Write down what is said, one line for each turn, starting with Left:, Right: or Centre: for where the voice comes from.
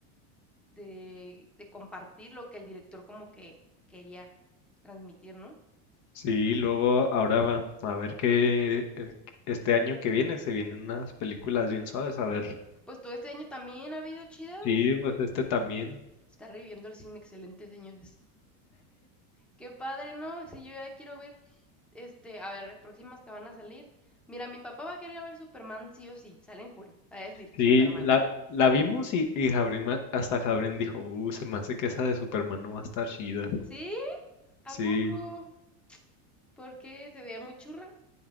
Centre: de, de compartir lo que el director como que quería transmitir, ¿no?
Left: Sí, luego ahora va a ver que eh, este año que viene se vienen unas películas bien suaves, a ver.
Centre: Pues todo este año también ha habido chidas.
Left: Sí, pues este también.
Centre: Está reviviendo el cine, excelente, señores. Qué padre, ¿no? Si yo ya quiero ver, este, a ver, próximas que van a salir. Mira, mi papá va a querer ver Superman sí o sí. Sale en julio. Va a decir,
Left: Sí,
Centre: Superman.
Left: la, la vimos y, y Jabrín ma- hasta Jabrín dijo, uh, se me hace que esa de Superman no va a estar chida.
Centre: ¿Sí? ¿A
Left: Sí,
Centre: poco? ¿Por qué? ¿Se veía muy churra?